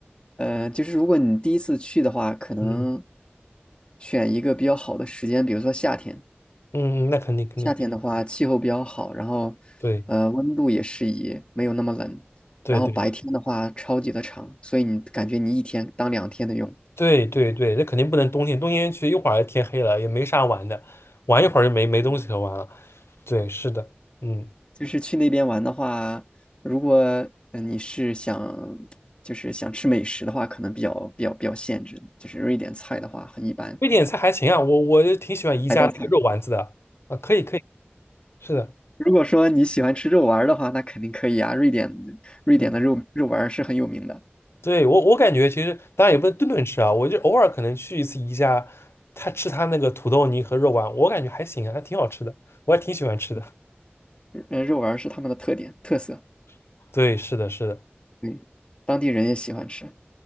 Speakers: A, on the left; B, on the left.
A: 呃，就是如果你第一次去的话，可能
B: 嗯
A: 选一个比较好的时间，比如说夏天。
B: 嗯，那肯定肯定，
A: 夏天的话，气候比较好，然后呃，
B: 对
A: 温度也适宜，没有那么冷。
B: 对对
A: 然后白天的话，超级的长，所以你感觉你一天当两天的用。
B: 对对对，那肯定不能冬天，冬天去一会儿天黑了，也没啥玩的，玩一会儿就没没东西可玩了。对，是的，嗯，
A: 就是去那边玩的话，如果嗯、呃你是想就是想吃美食的话，可能比较比较比较限制，就是瑞典菜的话很一般，
B: 瑞典菜还行啊，我我就挺喜欢宜家那个肉丸子的啊，
A: 海盗菜。
B: 可以可以，是的。
A: 如果说你喜欢吃肉丸儿的话，那肯定可以啊。瑞典，瑞典的肉肉丸儿是很有名的，
B: 嗯。对，我我感觉其实当然也不能顿顿吃啊，我就偶尔可能去一次宜家，他吃他那个土豆泥和肉丸，我感觉还行啊，还挺好吃的，我还挺喜欢吃的。
A: 嗯呃，肉丸儿是他们的特点特色，
B: <laughs> 对，是的，是的，
A: 对，当地人也喜欢吃。